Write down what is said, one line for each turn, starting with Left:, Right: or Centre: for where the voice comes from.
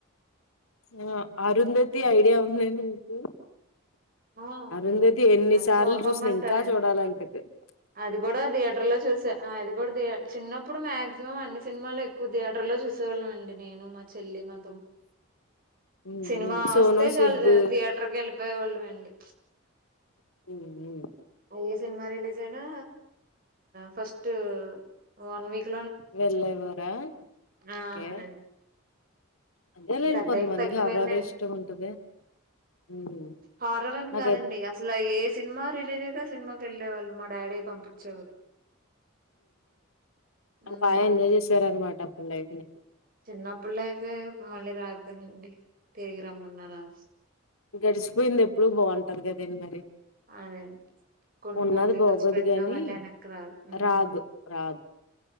Left: ఆ అరుంధతి ఐడియా ఉందండి మీకు
Right: ఆ ఉందండి
Left: అరుంధతి ఎన్ని
Right: అది
Left: సార్లు
Right: చూడకుండా
Left: చూసిన
Right: ఉంటారండి
Left: ఇంకా చూడాలంటే భయం
Right: అది కూడా థియేటర్ లో చూస అది కూడా దియ చిన్నప్పుడు మాక్సిమం అన్ని సినిమాలు ఎక్కువ థియేటర్ లో చూస చూళ్ళే అండి నేను మా చెల్లి మా
Left: మ్మ్
Right: సినిమా
Left: మ్మ్ సోను
Right: వస్తే చాలు
Left: సుద్దు
Right: థియేటర్ కి వెళ పోయేవాళ్ళం అండి
Left: ఉను ఏమో
Right: ఏ సినిమా రిలీజ్ అయినా ఫస్ట్ వన్ వీక్
Left: వెళ్ళేవరా
Right: ఆ
Left: ఓకే
Right: అవునండి
Left: అదేలేండి
Right: పెద్ద
Left: కొంతమందికి
Right: అయ్యి తగ్గిపోయిందండి
Left: హారర్ ఇష్టం ఉంటది మ్మ్
Right: హార్రర్ అని
Left: నాకై
Right: కాదండి అసలు ఏ సినిమా రిలీజ్ అయితే ఆ సినిమాకి వెళ్ళే వాళ్ళం మా డాడీ పంపించేవాళ్ళు ఉమ్
Left: బాగా ఎంజాయ్ చేసారనమాట అప్పుడు లైఫ్ ని
Right: చిన్నప్పుడి లైఫే మళ్ళీ రాదు కదండి తిరిగి రమ్మన్నా రాదు
Left: గడిచిపోయింది ఎప్పుడు బాగుంటాది కదాండి మరి
Right: అదే కొన్ని
Left: ఉన్నాది
Right: కోట్లు
Left: బాగోదు
Right: ఖర్చు పెట్టినా
Left: గాని
Right: మళ్ళీ వెనక్కి రాదు ఉమ్
Left: రాదు రా